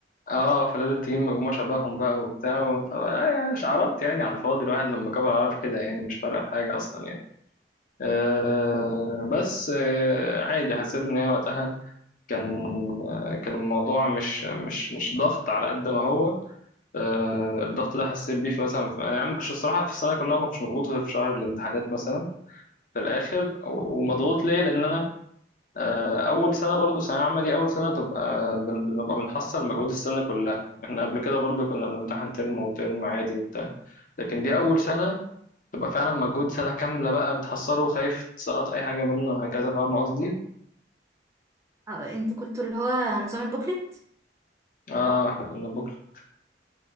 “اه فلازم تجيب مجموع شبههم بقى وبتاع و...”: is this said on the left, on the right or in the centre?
Left